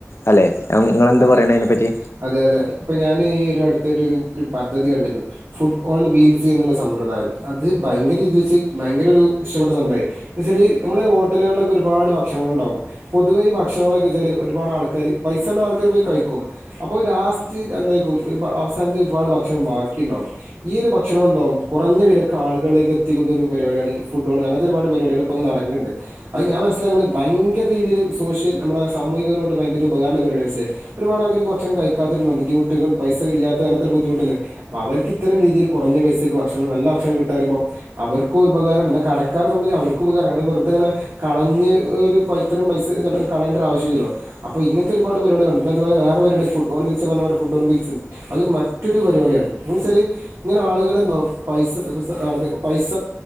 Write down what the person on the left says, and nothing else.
അല്ലെ നിങ്ങളെന്ത്
പറയണ അതിനെപ്പറ്റി